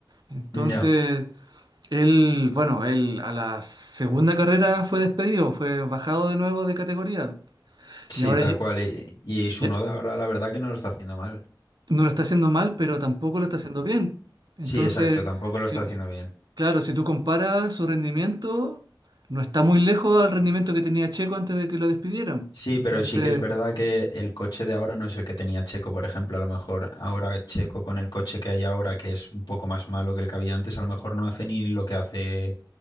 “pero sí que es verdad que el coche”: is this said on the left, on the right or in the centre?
Left